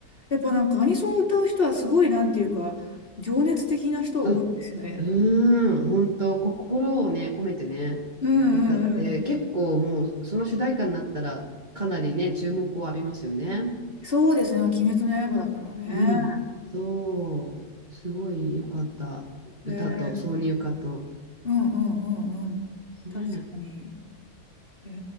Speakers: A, on the left (about 35°); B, on the right (about 30°).
A: やっぱなんかアニソンを歌う人はすごい、なんていうか、情熱的な人多いですよね。
B: う、うーん、本当、心をね、込めてね、
A: うんうんうん。
B: 歌って、結構もう、その主題歌になったら、かなりね、注目を浴びますよね。
A: そうですね、鬼滅の刃だからね。
B: うん。そう、すごい良かった。
A: ええ
B: 歌と、挿入歌と。
A: うんうんうんうん。
B: ねえ。
A: 確かに。へ